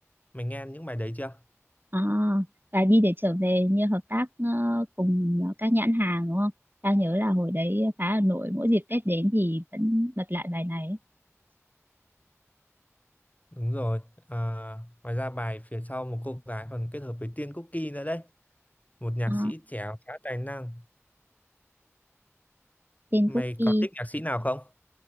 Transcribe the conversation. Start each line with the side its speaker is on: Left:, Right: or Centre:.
Left: mày nghe những bài đấy chưa
Right: À, và đi để trở về như hợp tác ờ, cùng ờ, các nhãn hàng đúng không? Tao nhớ là hồi đấy phá Hà Nội mỗi dịp Tết đến thì vẫn bật lại bài này. ấy.
Left: đúng rồi à, ngoài ra bài phía sau một cô gái còn kết hợp với Tiên Cookie nữa đấy một nhạc
Right: À,
Left: sĩ trẻ khá tài năng
Right: tên
Left: mày
Right: Cookie,
Left: có thích nhạc sĩ nào không